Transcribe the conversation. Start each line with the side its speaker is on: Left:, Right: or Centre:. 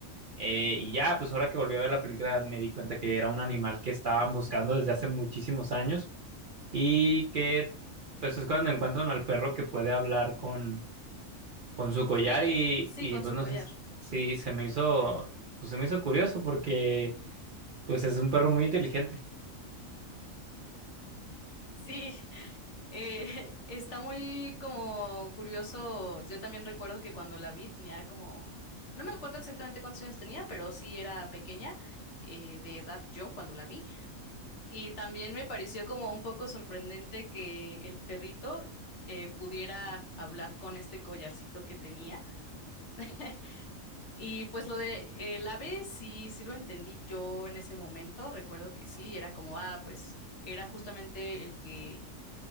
Right: eh, y ya, pues ahora que volví a ver la película me di cuenta que era un animal que estaban buscando desde hace muchísimos años y que pues es cuando encuentran al perro que puede hablar con, con su collar
Left: Sí,
Right: y,
Left: sí,
Right: y
Left: con
Right: pues
Left: su
Right: no
Left: collar.
Right: sé si se me hizo, pues se me hizo curioso porque pues es un perro muy inteligente.
Left: Sí, Eh, <laughs> está muy como curioso. Yo también recuerdo que cuando la vi tenía como, no me acuerdo exactamente cuántos años tenía, pero sí era pequeña, eh, de edad yo cuando la vi. Y también me pareció como un poco sorprendente que el perrito eh, pudiera hablar con este collarcito que tenía. <laughs> Y pues lo de el ave, sí, sí lo entendí yo en ese momento. Recuerdo que sí, era como, ah, pues era justamente el que